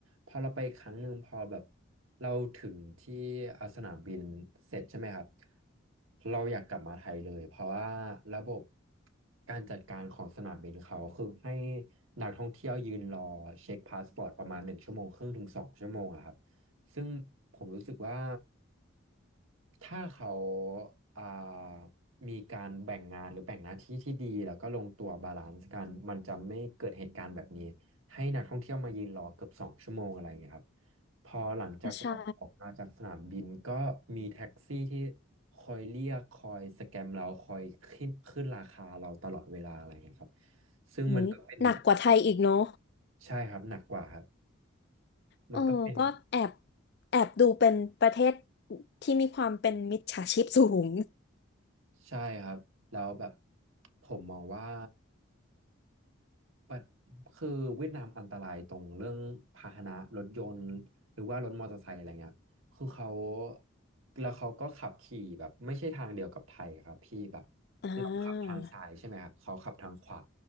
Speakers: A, on the right; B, on the left.
A: พอเราไปครั้งหนึ่งพอแบบเราถึงที่อ่าสนามบินเสร็จใช่ไหมครับเราอยากกลับมาไทยเลยเพราะว่าระบบการจัดการของสนามบินเขาคือให้นักท่องเที่ยวยืนรอเช็คพาสปอร์ตประมาณหนึ่งชั่วโมงครึ่งถึงสองชั่วโมงอะครับซึ่งผมรู้สึกว่า ถ้าเขาอ่ามีการแบ่งงานหรือแบ่งหน้าที่ที่ดีแล้วก็ลงตัวบาลานซ์กันมันจะไม่เกิดเหตุการณ์แบบนี้ให้นักท่องเที่ยวมายืนรอเกือบสองชั่วโมงอะไรอย่างเงี้ยครับพอหลังจากออกออกมาจากสนามบินก็มีแท็กซี่ที่
B: ก็ใช่
A: คอยเรียกคอยสแกมเราคอยขึ้นขึ้นราคาเราตลอดเวลาอะไรอย่างเงี้ยครับซึ่งมันก็เป็น
B: อุยหนักกว่าไทยอีกเนาะ
A: ใช่ครับหนักกว่าครับมันก็เป็น
B: เออก็แอบแอบดูเป็นประเทศที่มีความเป็นมิจฉาชีพสูง
A: ใช่ครับแล้วแบบผมมองว่า แบบคือเวียดนามอันตรายตรงเรื่องพาหนะรถยนต์หรือว่ารถมอเตอร์ไซค์อะไรเงี้ยคือเขาแล้วเขาก็ขับขี่แบบไม่ใช่ทางเดียวกับไทยครับพี่แบบ
B: อ่า
A: เราขับทางซ้ายใช่ไหมครับเขาขับทางขวา